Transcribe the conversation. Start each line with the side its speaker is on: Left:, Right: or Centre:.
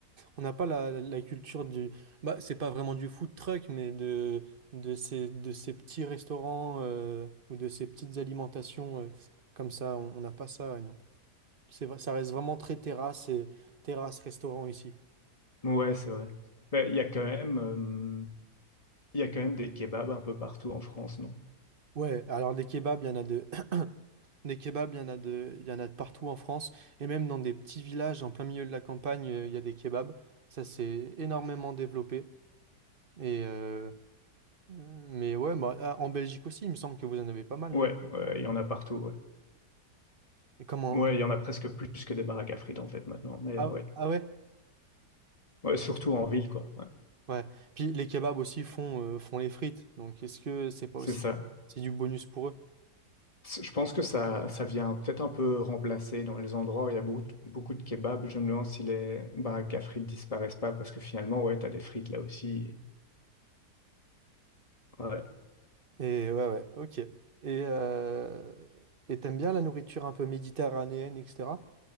Right: On n'a pas la, la- la culture du. Bah, c'est pas vraiment du food truck, mais de, de, ces, de ces petits restaurants euh, ou de ces petites alimentations euh, comme ça. On on n'a pas ça, ouais, non. C'est vrai, ça reste vraiment très terrasse et terrasse-restaurant ici.
Left: Ouais, c'est vrai. Mais il y a quand même, euh, il y a quand même des kebabs un peu partout en France, non?
Right: Ouais, alors des kebabs, il y en a de. <clears throat> Des kebabs, il y en a de, il y en a de partout en France. Et même dans des petits villages en plein milieu de la campagne, euh, il y a des kebabs. Ça s'est énormément développé. Et euh, mais ouais, bah, ah, en Belgique aussi, il me semble que vous en avez pas mal,
Left: Ouais,
Right: non?
Left: ouais, il y en a partout, ouais.
Right: Et comment,
Left: Ouais,
Right: comment-
Left: il y en a presque plus que des baraques à frites en fait maintenant. Mais
Right: Ah,
Left: ouais,
Right: ah ouais?
Left: ouais, surtout en ville, quoi. Ouais,
Right: Ouais. Puis les kebabs aussi font, euh, font les frites. Donc est-ce que c'est pas
Left: c'est
Right: aussi
Left: ça.
Right: c'est du bonus pour eux?
Left: C- Je pense que ça, ça vient peut-être un peu remplacer dans les endroits où il y a beaucoup, de- beaucoup de kebabs. Je me demande si les baraques à frites disparaissent pas parce que finalement, ouais, t'as des frites là aussi. Ouais.
Right: Et ouais, ouais, ok. Et euh, et t'aimes bien la nourriture un peu méditerranéenne, etc.